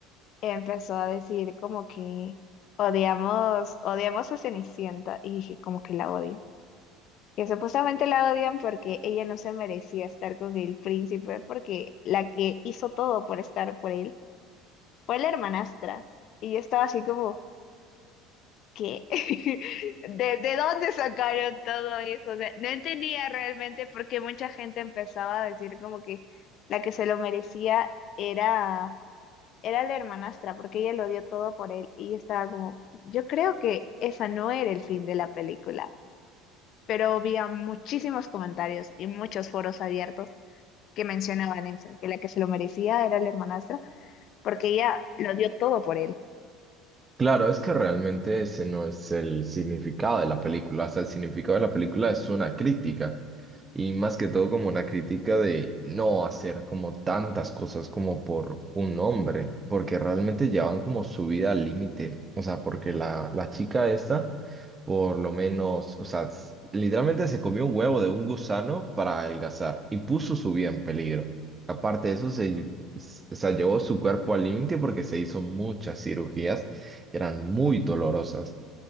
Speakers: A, on the left; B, on the right.
A: empezó a decir como que odiamos, odiamos a Cenicienta y dije como que la odian. Que supuestamente la odian porque ella no se merecía estar con el príncipe, porque la que hizo todo por estar por él fue la hermanastra. Y yo estaba así como, ¿qué? <laughs> ¿De, de dónde sacaron todo eso? O sea, no entendía realmente por qué mucha gente empezaba a decir como que la que se lo merecía era era la hermanastra, porque ella lo dio todo por él y yo estaba como, yo creo que esa no era el fin de la película, pero había muchísimos comentarios y muchos foros abiertos que mencionaban eso, que la que se lo merecía era la hermanastra, porque ella lo dio todo por él.
B: Claro, es que realmente ese no es el significado de la película. O sea, el significado de la película es una crítica. Y más que todo como una crítica de no hacer como tantas cosas como por un hombre. Porque realmente llevan como su vida al límite. O sea, porque la, la chica esta, por lo menos, o sea, s- literalmente se comió un huevo de un gusano para adelgazar. Y puso su vida en peligro. Aparte de eso, se, ll- s- o sea, llevó su cuerpo al límite porque se hizo muchas cirugías que eran muy dolorosas.